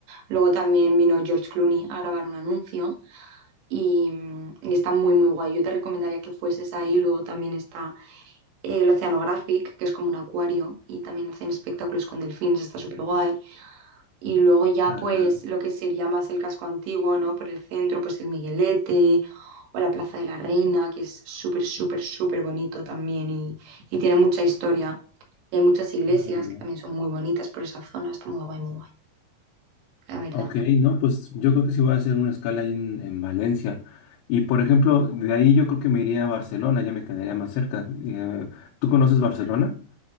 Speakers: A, on the right (about 65°); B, on the left (about 75°).
A: Luego también vino George Clooney a grabar un anuncio. y, y está muy, muy guay. Yo te recomendaría que fueses ahí. Luego también está eh, el Oceanographic, que es como un acuario y también hacen espectáculos con delfines, está súper guay. Y luego ya
B: Ah,
A: pues
B: no.
A: lo que sería más el casco antiguo, ¿no? Por el centro, pues el Miguelete o la Plaza de la Reina, que es súper, súper, súper bonito también y, y tiene mucha historia. Y hay muchas iglesias
B: Ah,
A: que
B: ya.
A: también son muy bonitas por esa zona, está muy guay, muy guay, la verdad.
B: Ok, no, pues yo creo que sí voy a hacer una escala ahí en, en Valencia. Y por ejemplo, de ahí yo creo que me iría a Barcelona, ya me quedaría más cerca. Eh, ¿tú conoces Barcelona?